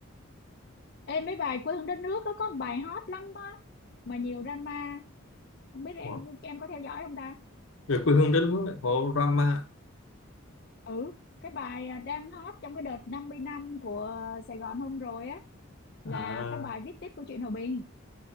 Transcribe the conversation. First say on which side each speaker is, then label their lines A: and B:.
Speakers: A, on the left; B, on the left.
A: em mấy bài quê hương đất nước á có một bài hot lắm á mà nhiều drama không biết em
B: Ủa,
A: em có theo dõi không ta
B: về quê hương đất nước lại có drama
A: ừ cái bài à, đang hot trong cái đợt 50 năm của Sài Gòn hôm rồi á là
B: à,
A: cái bài viết tiếp của truyện Hòa Bình